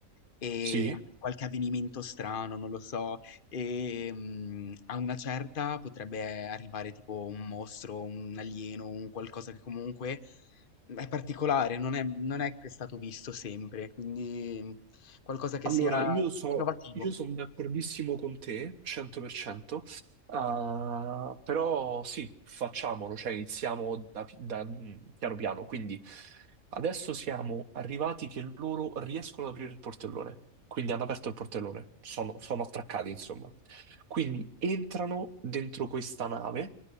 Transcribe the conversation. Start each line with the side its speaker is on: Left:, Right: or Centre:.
Left: e
Right: Sì,
Left: anche qualche avvenimento strano, non lo so. E mm, a una certa potrebbe arrivare tipo un mostro, un alieno, un qualcosa che comunque è particolare, non è, non è che è stato visto sempre, quindi mm, qualcosa che
Right: Allora,
Left: sia
Right: io so,
Left: innovativo.
Right: io sono d'accordissimo con te, 100%, ah, però sì, facciamolo, cioè iniziamo da, da- mm, piano piano. Quindi adesso siamo arrivati che loro riescono ad aprire il portellone, quindi hanno aperto il portellone, sono, sono attraccati insomma. Quindi entrano dentro questa nave